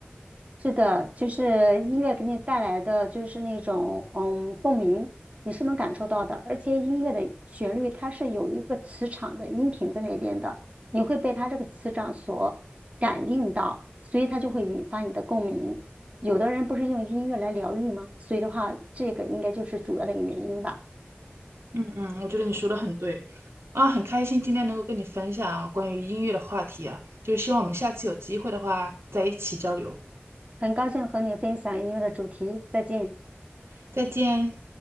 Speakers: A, on the right; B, on the right.
A: 是的，就是音乐给你带来的就是那种嗯共鸣，你是能感受到的。而且音乐的旋律它是有一个磁场的音频在那边的，你会被它这个磁场所感应到，所以它就会引发你的共鸣。有的人不是用音乐来疗愈吗？所以的话，这个应该就是主要的一个原因吧。
B: 嗯嗯，我觉得你说的很对啊，很开心今天能够跟你分享啊关于音乐的话题啊，就是希望我们下次有机会的话在一起交流，
A: 很高兴和你分享音乐的主题，再见。
B: 再见。